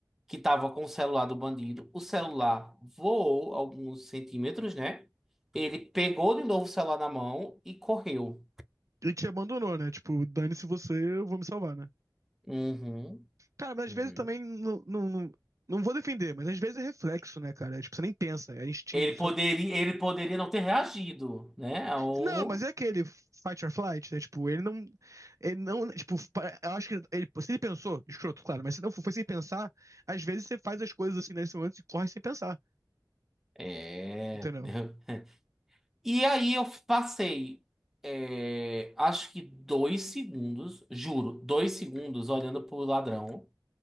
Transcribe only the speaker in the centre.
que tava com o celular do bandido. O celular voou alguns centímetros, né? Ele pegou de novo o celular na mão e correu.
Uhum,
uhum.
Ele
poderia, ele poderia não ter reagido, né? É um-
é.
<laughs> E aí eu passei, é, acho que dois segundos, juro, dois segundos olhando pro ladrão,